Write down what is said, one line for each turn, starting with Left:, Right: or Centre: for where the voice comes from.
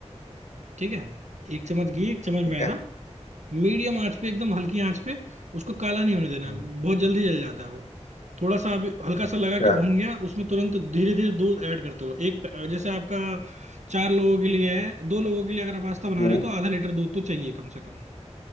Right: ठीक है एक चम्मच घी एक चम्मच
Left: ठीक
Right: मैदा
Left: है
Right: मीडियम आंच पे एकदम हल्की आंच पे उसको काला नहीं होने देना है
Left: हम्म।
Right: बहुत जल्दी जल जाता है वो थोड़ा सा अभी हल्का
Left: अच्छा
Right: सा लगा कि भुन गया उसमें तुरंत धीरे धीरे दूध ऐड करते रहो एक प- जैसे आपका चार लोगों के लिए है दो लोगों के लिए अगर आप पास्ता बना
Left: हम्म
Right: रहे हो तो आधा लीटर दूध तो चाहिए कम से कम